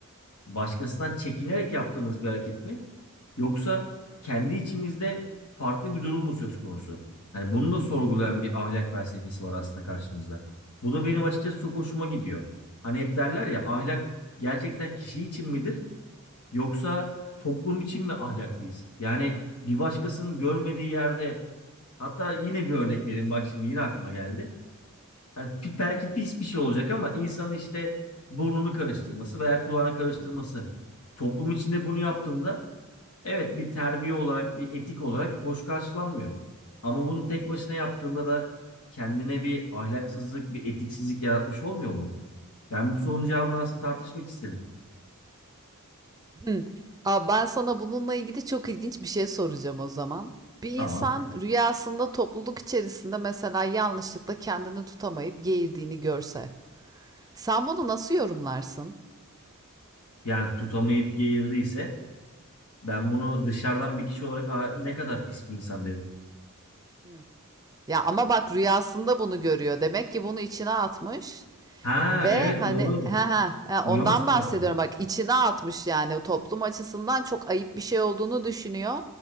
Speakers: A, on the left; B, on the right.
A: Başkasından çekinerek yaptığımız bir hareket mi? Yoksa kendi içimizde farklı bir durum mu söz konusu? Hani bunu da sorgulayan bir ahlak felsefesi var aslında karşımızda. Bu da benim açıkçası çok hoşuma gidiyor. Hani hep derler ya ahlak gerçekten kişi için midir? Yoksa toplum için mi ahlaklıyız? Yani bir başkasının görmediği yerde hatta yine bir örnek vereyim bak şimdi yine aklıma geldi. Yani pi- belki pis bir şey olacak ama insanın işte burnunu karıştırması veya kulağını karıştırması.
B: Hı hı.
A: Toplum içinde bunu yaptığında evet bir terbiye olarak bir etik olarak hoş karşılanmıyor. Ama bunu tek başına yaptığında da kendine bir ahlaksızlık, bir etiksizlik yaratmış olmuyor mu? Ben bu sorunun cevabını aslında tartışmak isterim.
B: Hı. Aa, ben sana bununla ilgili çok ilginç bir şey soracağım o zaman. Bir
A: Tamam.
B: insan rüyasında topluluk içerisinde mesela yanlışlıkla kendini tutamayıp geğirdiğini görse, sen bunu nasıl yorumlarsın?
A: Yani tutamayıp geğirdiyse Ben bunu dışarıdan bir kişi olarak "Aa, ne kadar pis bir insan dedim.
B: Hı. Ya ama bak rüyasında bunu görüyor. Demek ki bunu içine atmış.
A: Ha
B: Ve
A: evet
B: hani
A: doğru.
B: ha ha ha,
A: Nüans
B: ondan bahsediyorum
A: var orada.
B: bak içine atmış yani O toplum açısından çok ayıp bir şey olduğunu düşünüyor